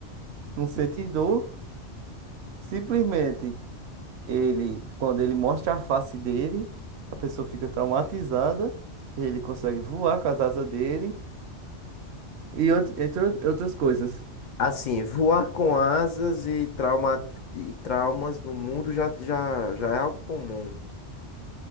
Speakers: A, on the right; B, on the left.
A: não sente dor, simplesmente. ele, quando ele mostra a face dele, a pessoa fica traumatizada, ele consegue voar com as asas dele e out- entre outras coisas.
B: Assim, voar com asas e, trauma, e traumas no mundo já, já, já é algo comum.